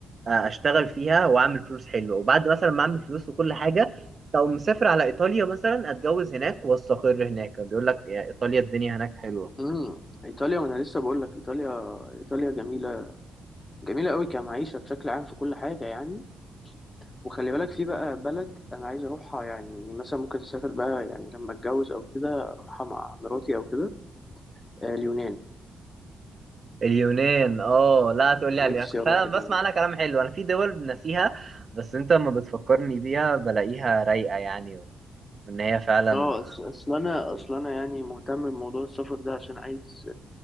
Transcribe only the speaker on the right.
آه، اشتغل فيها واعمل فلوس حلوه وبعد مثلا ما اعمل فلوس وكل حاجه لو مسافر على ايطاليا مثلا اتجوز هناك واستقر هناك بيقول لك يا ايطاليا الدنيا هناك حلوه
اليونان اه لا تقول
لي على اليونان كنت
فعلا
بسمع عنها كلام حلو انا في دول ناسيها بس انت لما بتفكرني بيها بلاقيها رايقه يعني وان هي فعلا
كويسة.